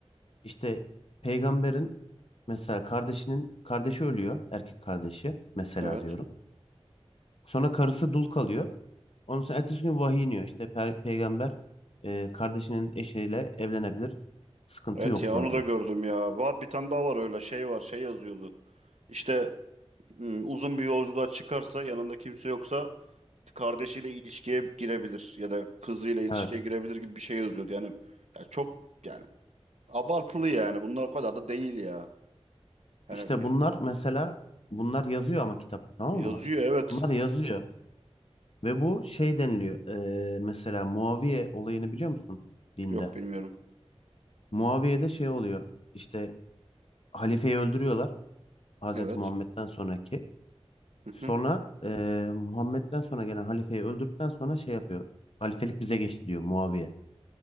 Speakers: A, on the left; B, on the right.
A: işte peygamberin mesela kardeşinin kardeşi ölüyor. Erkek kardeşi mesela
B: Evet.
A: diyorum. Sonra karısı dul kalıyor. Onun sonra ertesi gün vahiy iniyor. İşte pe- peygamber e, kardeşinin eşiyle evlenebilir. Sıkıntı
B: Evet
A: yoktur
B: ya onu
A: diye.
B: da gördüm ya. Var bir tane daha var öyle şey var şey yazıyordu. İşte hmm, uzun bir yolculuğa çıkarsa yanında kimse yoksa kardeşiyle ilişkiye girebilir ya da kızıyla ilişkiye
A: Evet.
B: girebilir gibi bir şey yazıyordu. Yani ya çok yani abartılı yani. Bunlar o kadar da değil ya. Yani
A: İşte bunlar mesela bunlar yazıyor ama kitapta tamam
B: e, yazıyor
A: mı?
B: evet.
A: Bunlar yazıyor. Ve bu şey deniliyor. e, mesela Muaviye olayını biliyor musun dinde?
B: Yok bilmiyorum.
A: Muaviye'de şey oluyor. İşte halifeyi öldürüyorlar. Hazreti
B: Evet.
A: Muhammed'den sonraki.
B: Hı
A: Sonra
B: hı.
A: e, Muhammed'den sonra gelen halifeyi öldürdükten sonra şey yapıyor. Halifelik bize geçti diyor Muaviye.